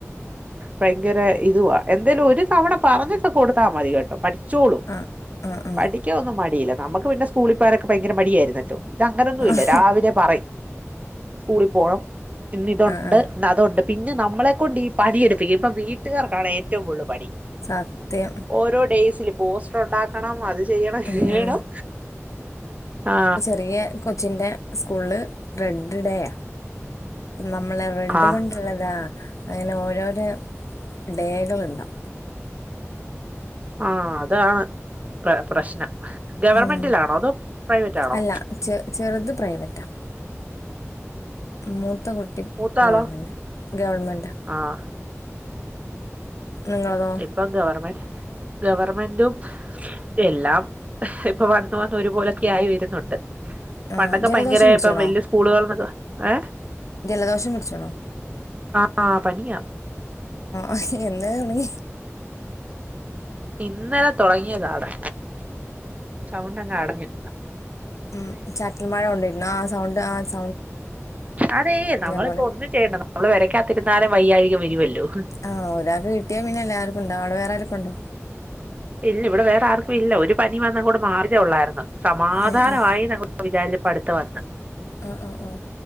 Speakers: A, on the right; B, on the left.
A: ഭയങ്കര ഇതുവാ എന്തേലും ഒരു തവണ പറഞ്ഞൊക്കെ കൊടുത്ത മതി കേട്ടോ പഠി ചൂളും
B: ആഹ് ആഹ് ആഹ്.
A: പഠിക്കാൻ ഒന്നും മടിയില്ല നമുക്ക് പിന്നെ സ്കൂളിപോന്നോക്കെ ഭയങ്കര മടിയായിരുന്നല്ലോ ഇതങ്ങനൊന്നും
B: ആഹ്
A: ഇല്ല രാവിലെ പറയും സ്കൂളിൽ പോണം പിന്നതുണ്ട്
B: ആഹ് ആഹ്.
A: അതണ്ട് പിന്നെ നമ്മളെ കൊണ്ട് ഈ പണിയെടുപ്പിക്കും ഇപ്പൊ വീട്ടുകാർക്കാണ് ഏറ്റവും കൂടുതൽ പണി
B: സത്യം.
A: ഓരോ ഡേയ്സിൽ പോസ്റ്റർ ഉണ്ടാക്കണം അത് ചെയ്യണം
B: ഉം.
A: ഇങ്ങണം ആ
B: ചെറിയ കൊച്ചിന്റെ സ്കൂള് റെഡ് ഡേയ നമ്മള റെണ്ട്
A: ആഹ്
B: കൊണ്ടുള്ളതാ അങ്ങനെ ഓരോരോ ഡേകളുണ്ടാവ
A: ആ അതാണ് പ്ര പ്രശ്നം ഗവർമെന്റിലാണോ
B: ഉം
A: അതോ പ്രൈവറ്റാണോ?
B: അല്ല ചെ ചെറുത് പ്രൈവറ്റാ മൂത്ത കുട്ടി
A: മൂത്താളോ
B: ഗവണ്മെന്റാ ഗവണ്മെന്റാ
A: ആഹ്
B: നിങ്ങളതോ
A: ഇപ്പം ഗവർമെന്റ് ഗവർമെന്റും എല്ലാം ഇപ്പൊ വന്ന് വന്ന് ഒരുപോലൊക്കെ ആയി വരുന്നുണ്ട്
B: ആ
A: പണ്ടൊക്കെ
B: ജലദോഷം
A: ഭയങ്കര
B: പിടിച്ചണോ
A: ഇപ്പ വല്യ സ്കൂളുകന്നൊക്കെ ഏ
B: ജലദോഷം പിടിച്ചോണോ
A: ആ പനിയാ
B: ആഹി എന്നേ തുണങ്ങി
A: ഇന്നലെ തുടങ്ങിയതാണ് ചൗണ്ടങ്ങ അടഞ്ഞു
B: ഉം ചാറ്റൽ മഴ കൊണ്ടരുന്നു ആ സൗണ്ട് ആ സ്
A: അതേ നമ്മളിപ്പോ
B: പോലെ
A: ഒന്നും ചെയ്യണ്ട നമ്മള് വരക്കാത്തിരുന്നരം വയ്യാഴ്ക വരുമല്ലോ
B: ആഹ് ഒരാൾക്ക് കിട്ടിയാ പിന്നെല്ല ആർക്കും ഉണ്ടോ അവിടെ വേറെ ആർക്കുംണ്ടോ
A: ഇല്ല ഇവിടെ വേറെ ആർക്കും ഇല്ല ഒരു പനി വന്ന കൂടി മാറതേ ഉള്ളായിരുന്നു സമാധാനമായി
B: ഏ ഏ
A: നങ്ങ് വിചാരിചപ്പടുത്ത വന്ന്
B: ആ ആ ആ